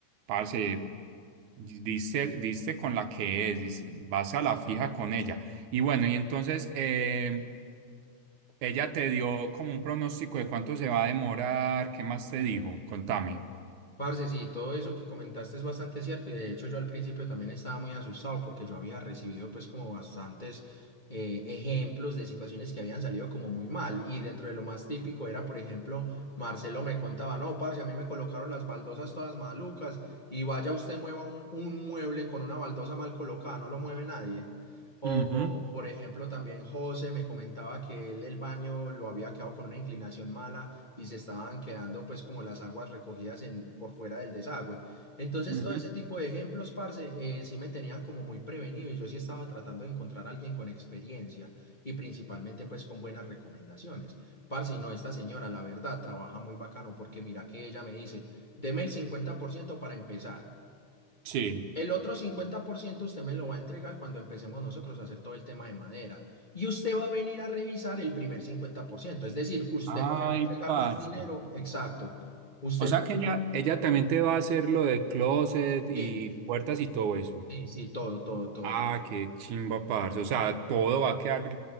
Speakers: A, on the right; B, on the left.
A: parce, diste, diste con la que es, dis- vas a la fija con ella. Y bueno, y entonces, eh, ella te dio como un pronóstico de cuánto se va a demorar, ¿qué más te dijo? Contame.
B: Parce, sí, todo eso que comentaste es bastante cierto y de hecho yo al principio también estaba muy asustado porque yo había recibido pues como bastantes eh, ejemplos de situaciones que habían salido como muy mal y dentro de lo más típico era por ejemplo Marcelo me contaba, no, parce, a mí me colocaron las baldosas todas malucas y vaya usted mueva un, un mueble con una baldosa mal colocada, no lo mueve nadie.
A: Ujú,
B: O, o, por ejemplo también José me comentaba que él el baño lo había quedado con una inclinación mala y se estaban quedando pues como las aguas recogidas en, por fuera del desagüe. Entonces
A: ujú.
B: todo ese tipo de ejemplos, parce, eh, sí me tenían como muy prevenido y yo sí estaba tratando de encontrar a alguien con experiencia y principalmente pues con buenas recomendaciones. Parce, y no, esta señora la verdad trabaja muy bacano porque mira que ella me dice, deme el 50% para empezar.
A: Sí.
B: El otro 50% usted me lo va a entregar cuando empecemos nosotros a hacer todo el tema de madera. Y usted va a venir a revisar el primer 50%. Es decir, usted
A: Ay,
B: no me va a entregar
A: parce.
B: más dinero. Exacto. Usted
A: O sea
B: no.
A: que ella, ella también te va a hacer lo de closet y
B: Sí,
A: puertas y todo eso.
B: sí, sí, todo, todo, todo.
A: Ah, qué chimba, parce. O sea, todo va a quedar